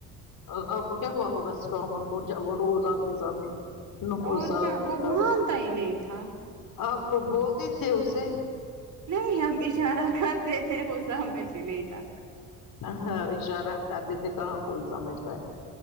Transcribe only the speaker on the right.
اور
کیا
وہ مانتا ہی نہیں تھا
نہیں ہم اشارہ کرتے تھے وہ سمجھ لیتا